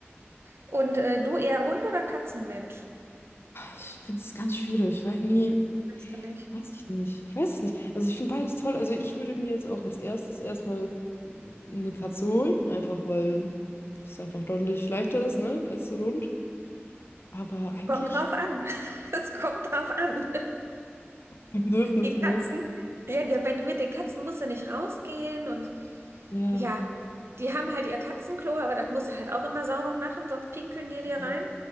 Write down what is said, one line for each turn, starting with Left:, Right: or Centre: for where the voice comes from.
Right: Und äh, du eher Hund oder Katzenmensch?
Left: ich finde es ganz schwierig, weil irgendwie,
Right: Weißt du nicht.
Left: Weiß ich nicht. Ich weiß es nicht. Also ich finde beides toll. Also ich würde mir jetzt auch als erstes erstmal eine Katze holen, einfach weil es einfach deutlich leichter ist, ne, als so ein Hund. Aber eigentlich
Right: Kommt drauf an. <laughs> Es kommt drauf an.
Left: die Bedürfnisse,
Right: Die Katzen,
Left: ne?
Right: ja, die, wenn- mit den Katzen musst du nicht rausgehen und
Left: Ja.
Right: Ja, die haben halt ihr Katzenklo, aber das musst du halt auch immer sauber machen, sonst pinkeln die dir
Left: Ja.
Right: rein.